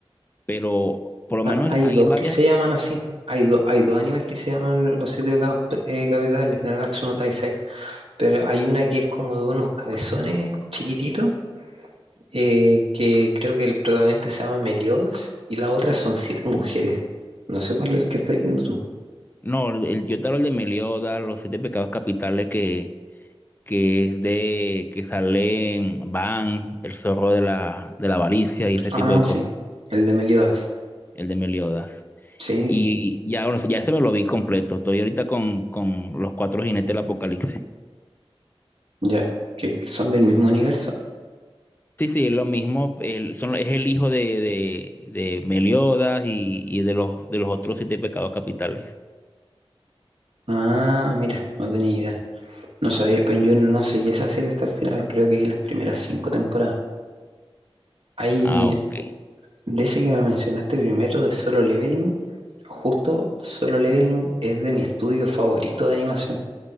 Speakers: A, on the left; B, on the right.
A: pero por lo
B: Ah,
A: menos
B: hay
A: hay
B: dos
A: varias.
B: que se llaman así. Hay, do- hay dos animes que se llaman Los Siete Pecados eh, Capitales, Nanatsu no Taizai pero hay una que es como de unos cabezones chiquititos, eh, que creo que el protagonista se llama Meliodas, y la otra son siete mujeres. No sé cuál es el que estás viendo tú.
A: No, el, yo te hablo de Meliodas, los siete pecados capitales que, que es de que salen Van, el zorro de la, de la avaricia y ese
B: Ah,
A: tipo de cosas,
B: sí, el de Meliodas.
A: el de Meliodas.
B: Sí,
A: Y ya, bueno, ya se me lo vi completo. Estoy ahorita con, con los cuatro jinetes del apocalipsis.
B: ya, que que son del mismo universo.
A: Sí, sí, es lo mismo. el- son, es el hijo de, de, de Meliodas y, y de los, de los otros siete pecados capitales.
B: Ah, mira, no tenía idea. No sabía, pero yo no seguí esa serie hasta el final, creo que vi las primeras cinco temporadas. Hay,
A: Ah, ok.
B: de ese que me mencionaste primero, de Solo Leveling, justo Solo Leveling es de mi estudio favorito de animación.